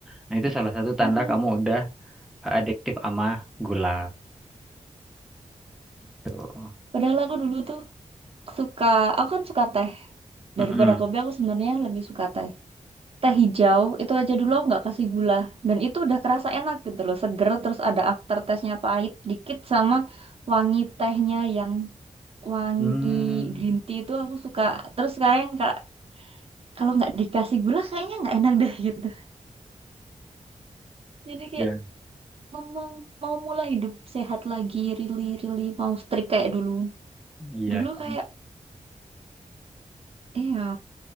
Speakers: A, in the centre; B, on the right (about 45°).
A: Nah, itu salah satu tanda
B: mm-mm.
A: kamu udah adiktif sama gula. Tuh.
B: padahal aku dulu tuh suka aku kan suka teh
A: Mm-mm.
B: daripada kopi aku sebenarnya lebih suka teh teh hijau itu aja dulu aku nggak kasih gula dan itu udah kerasa enak gitu loh seger terus ada aftertaste-nya pahit dikit sama wangi tehnya yang wangi
A: Hmm,
B: green tea itu aku suka terus sekarang ka- kalau nggak dikasih gula kayaknya nggak enak deh <laughs> gitu jadi kayak
A: ya.
B: mau, mau mau mulai hidup sehat lagi really really mau strict kayak dulu
A: iya
B: dulu
A: kamu
B: kayak iya